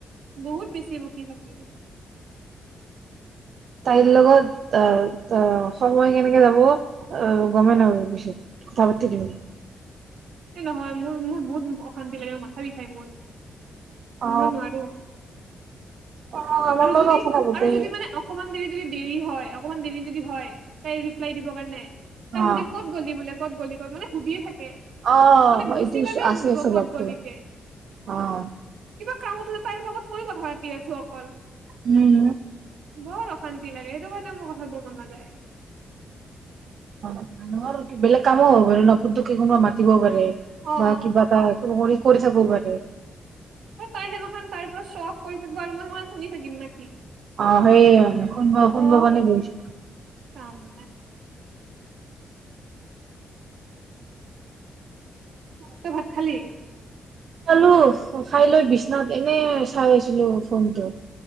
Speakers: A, on the right; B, on the right.
A: বহুত বেছি বকি থাকে।
B: তাইৰ লগত আ-আ সময় কেনেকে যাব গমে পিছত কথা পাতিলে।
A: এ নহয় মোৰ-মোৰ বহুত অশান্তি লাগে, মাথা বিখাই মোৰ।
B: অ
A: মই নোৱাৰো।
B: অ আমাৰ
A: আৰু
B: লগত
A: যদি-
B: কথা নাপাতে
A: আৰু যদি মানে অকমান দেৰি যদি দেৰি হয় অকণমান দেৰি যদি হয় তাই ৰিপ্লাই দিবৰ কাৰণে তাই সুধে
B: অ।
A: ক'ত গ'লি বোলে ক'ত গলি ক'ত মানে সুধিয়ে থাকে।
B: অ',
A: মানে গুচি
B: এইটো
A: গ'লে
B: আছে
A: সুধব
B: স্বভাৱটো
A: ক'ত গলিগে,
B: অ',
A: কিবা কামত <unintelligible> তাইৰ লগত থৰি কথা পাতি আছো অকল।
B: উম।
A: বৰ অশান্তি লাগে, সেইটো কাৰণে মোৰ কথা পাতিব মন নাযায়।
B: অ', মানুহৰ কি বেলেগ কামো হ'ব পাৰে ন, <unintelligible> ন মাতিব পাৰে।
A: অ
B: বা কিবা এটা <unintelligible> কৰি থাকব পাৰে।
A: তাই সেইনাখন তাই পোৰা শ্ব অফ কৰি বাৰু মই- মই শুনি থাকিম না কি।
B: অ', সেইয় মানে শুনব -শুনব
A: অ
B: মানে বহিছো।
A: কাম নাই তই ভাত খালি।
B: খালোঁ, খাই লৈ বিচনাত এনে চাই আছিলো ফোনটো।